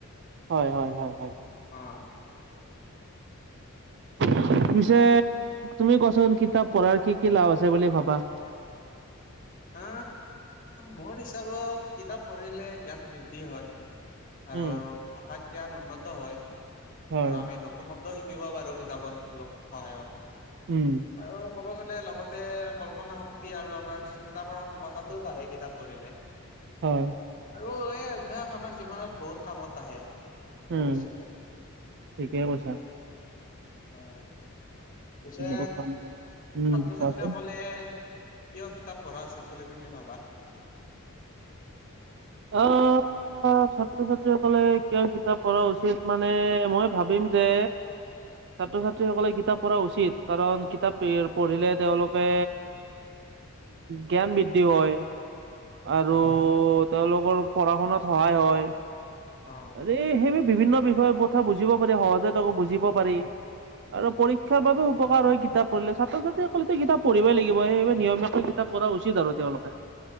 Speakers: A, on the right (about 55°); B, on the left (about 40°).
A: হয় হয় হয় হয়।
B: অ'।
A: পিছে তুমি কোৱাচোন কিতাপ পঢ়াৰ কি কি লাভ আছে বুলি ভাবা?
B: আ, মোৰ হিচাপত কিতাপ পঢ়িলে জ্ঞান বৃদ্ধি হয়।
A: উম,
B: আৰু ভাষাত জ্ঞান উন্নত হয়। আৰু
A: হয়,
B: আমি নত - তুন শব্দ শিকিব পাৰোঁ কিতাপৰ অলপ সহায়ত।
A: উম।
B: আৰু ক'ব গ'লে লগতে কল্পনা শক্তি, আৰু আমাৰ চিন - তা কৰা ক্ষমতাতো বাঢ়ে কিতাপ পঢ়িলে।
A: হয়।
B: আৰু এই অভ্যাস আমাৰ জীৱনত বহুত কামত আহে।
A: উম,
B: ভৱিষ্যতে
A: ঠিকে কৈছা।
B: উম। পিছে
A: উম,
B: ছাত্ৰ-
A: কোৱাচোন।
B: ছাত্ৰী সকলে কিয় কিতাপ পঢ়া উচিত বুলি তুমি ভাবা?
A: অ', অ', ছাত্ৰ -ছাত্ৰীসকলে কিয় কিতাপ পঢ়া উচিত মানে মই ভাবিম যে ছাত্ৰ- ছাত্ৰীসকলে কিতাপ পঢ়া উচিত কাৰণ কিতাপ পঢ়িলে তেওঁলোকে জ্ঞান বৃদ্ধি হয় আৰু
B: অ',
A: তেওঁলোকৰ পঢ়া শুনাত সহায় হয়
B: অ',
A: আৰে সেইব বিভিন্ন বিষয়ে কথা বুজিব পাৰি সহজে তাকো বুজিব পাৰি আৰু পৰীক্ষাৰ বাবেও উপকাৰ হয় কিতাপ পঢ়িলে ছাত্ৰ ছাত্ৰীসকলে ত কিতাপ পঢ়িবই লাগিব সেই বাবে নিয়মৈ কিতাপ পঢ়া উচিত আৰু তেওঁলোকে